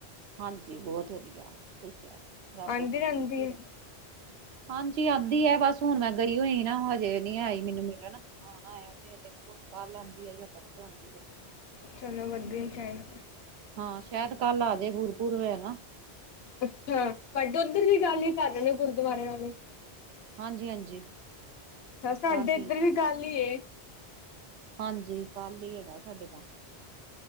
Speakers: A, on the right (about 75°); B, on the left (about 70°).
A: ਹਾਂਜੀ ਬਹੁਤ ਵਧੀਆ ਖੁਸ਼ ਹੈ ਰੱਬ
B: ਆਉਂਦੀ
A: ਦੋਂ
B: ਰਹਿੰਦੀ
A: ਖੁਸ਼
B: ਹੈ
A: ਰੱਖੋ ਹਾਂਜੀ ਆਉਂਦੀ ਆ ਬਸ ਹੁਣ ਮੈਂ ਗਈ ਹੋਈ ਸੀ ਨਾ ਹਜੇ ਨੀ ਆਈ ਮੈਨੂੰ ਮਿਲਣ ਆਉਣਾ ਏ ਦੇਖੋ ਕੱਲ ਆਉਂਦੀ ਹੈ ਜਾਂ ਪਰਸੋਂ ਆਉਂਦੀ ਆ
B: ਚਲੋ ਵਧੀਆ ਹੀ ਚ
A: ਹਾਂ ਸ਼ਾਇਦ ਕੱਲ ਆਜੇ ਗੁਰਪੁਰ ਹੈ ਨਾ
B: ਅੱਛਾ ਤੁਹਾਡੇ ਉੱਧਰ ਵੀ ਗੱਲ ਹੀ ਕਰਨ ਨੇ ਗੁਰਦੁਆਰਿਆਂ ਵਾਲੇ
A: ਹਾਂਜੀ ਹਾਂਜੀ
B: ਦੱਸਾਂ,
A: ਕੱਲ
B: ਆਂਟੀ, ਇੱਧਰ
A: ਹੀ ਹੈ,
B: ਵੀ ਕੱਲ ਹੀ ਏ।
A: ਹਾਂਜੀ, ਕੱਲ ਹੀ ਹੈਗਾ, ਸਾਡੇ ਤਾਂ।